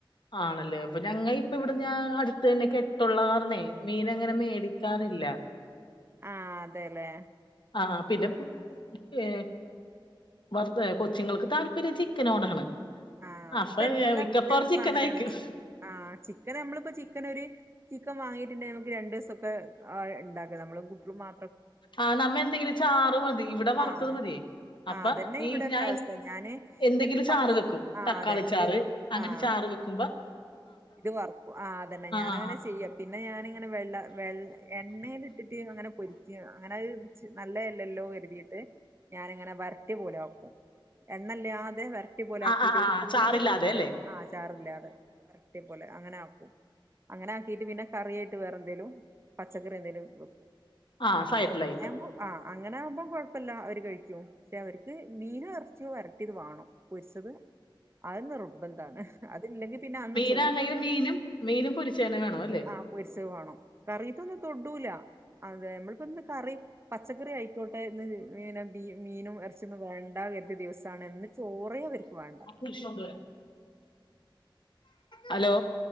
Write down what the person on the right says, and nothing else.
ആഹ് അതേലേ.
ആഹ്
ഇപ്പ എല്ലാ
കുട്ടികൾക്കും
അങ്ങനെയാണ് ചിക്കൻ ആഹ് ചിക്കന് അമ്മളിപ്പോ ചിക്കനൊര് ചിക്കൻ വാങ്ങീട്ട്ണ്ടേ നമ്മക്ക് രണ്ടോസൊക്കെ ആഹ് ഇണ്ടാക്കാ. നമ്മളും കുട്ടുളും മാ
ആഹ്
ആഹ് അതന്നെ
ഇവിടെയൊക്കെ
അവസ്ഥ ഞാന്
എന്ത് പച്ച
ആഹ്
അതെ എന്തേലും
ആഹ്
ഇത് വറക്കും ആഹ് അത് തന്നെ ഞാൻ
അങ്ങനെയാ ചെയ്യാ പിന്നെ ഞാനിങ്ങനെ വെള്ള വെ എണ്ണൽ ഇട്ടിട്ട് അങ്ങനെ പൊരിക്ക അങ്ങനെ നല്ല അല്ലല്ലോ കരുതിയിട്ട് ഞാനിങ്ങനെ വരട്ടി പോലെ ആക്കും എണ്ണ ഇല്ലാതെ വരട്ടി പോലെ
ആക്കിട്ട്
ഒരു തുള്ളി
വെളിച്ചെണ്ണ
ആ ചാറില്ലാതെ വരട്ടിയ പോലെ അങ്ങനെ ആക്കും അങ്ങനെ ആക്കീട്ട് പിന്നെ കറി ആയിട്ട് വേറെ എന്തേലും പച്ചക്കറി എന്തേങ്കലും വെക്കും
അങ്ങനെ ആവുമ്പോ ആഹ് അങ്ങനെ ആകുമ്പോം കൊഴപ്പമില്ല അവർ കഴിക്കും പക്ഷെ അവർക്ക് മീനോ എറച്ചിയോ വരട്ടിയത് വേണം പെരിച്ചത് അത് നിർബന്ധാണ് അതില്ലെങ്കിൽ പിന്നെ അന്ന് ചോ
ആ പൊരിച്ചത് വേണം കറി ഐറ്റം ഒന്നും തൊടൂല അതെ നമ്മളിപ്പോന്ന് കറി പച്ചക്കറി ആയിക്കോട്ടെ ഇന്ന് മീനുമീനും എറച്ചി ഇന്ന് വേണ്ടന്ന് വച്ച ദെവസ ആണ് ഇന്ന് ചോറെ അവര്ക്ക് വേണ്ട